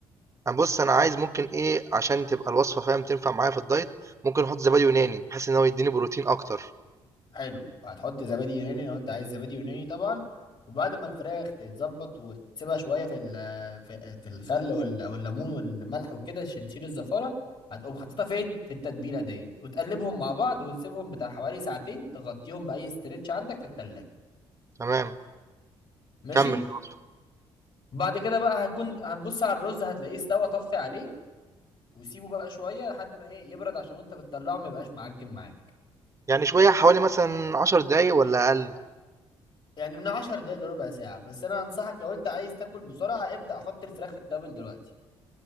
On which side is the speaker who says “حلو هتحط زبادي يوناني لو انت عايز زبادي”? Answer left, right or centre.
Left